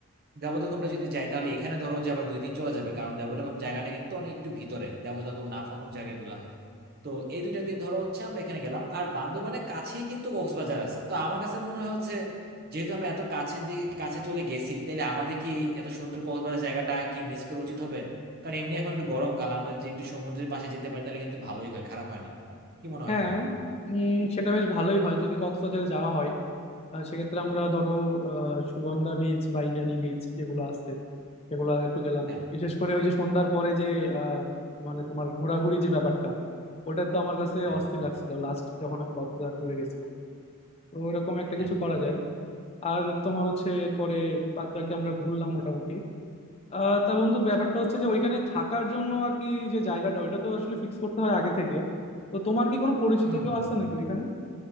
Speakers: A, on the right; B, on the left.
A: দেবদাখুমটা যদি যাই তাহলে এখানে ধরো যে আবার দুই দিন চলে যাবে কারণ দেবদাখুম জায়গাটা কিন্তু অনেক একটু ভিতরে দেবদাখুম নাফাখুম জায়গাগুলা তো এই দুইটা দিন ধরো হচ্ছে আমরা এখানে গেলাম আর বান্দরবানের কাছেই কিন্তু কক্সবাজার আছে তো আমার কাছে মনে হচ্ছে যেহেতু আমরা এত কাছে দি- কাছে চলে গেছি তাহলে আমাদের কি এত সুন্দর কক্সবাজার জায়গাটা কি মিস করা উচিত হবে কারণ এমনি এখন একটু গরমকাল আমরা যদি একটু সমুদ্রের পাশে যেতে পারি তাহলে কিন্তু ভালোই হয় খারাপ হয় না কি মনে হয়
B: হ্যাঁ
A: তোমার
B: উম, সেটা বেশ ভালোই হয় যদি কক্সবাজারে যাওয়া হয় আহ, সেক্ষেত্রে আমরা ধরো আহ, সুগন্ধা বিচ বা ইনানি বিচ যেগুলো আছে সেগুলো একটু গেলাম
A: হ্যাঁ
B: বিশেষ করে ওই যে সন্ধ্যার পরে যে আহ, মানে তোমার ঘোরাঘুরি যে ব্যাপারটা ওটা তো আমার কাছে
A: হ্যাঁ
B: অস্থির লাগছিল লাস্ট যখন আমি কক্সবাজার ট্যুরে গেছিলাম তো এরকম একটা
A: হ্যাঁ
B: কিছু করা যায় আর তোমার হচ্ছে এরপরে বাদ বাকি আমরা ঘুরলাম মোটামুটি আহ তা বন্ধু ব্যাপারটা হচ্ছে যে ওইখানে থাকার জন্য আর কি যে জায়গাটা ওইটা তো আসলে ফিক্স করতে হয় আগে থেকে তো তোমার কি কোনো পরিচিত
A: হুম
B: কেউ
A: হুম।
B: আছে নাকি ওইখানে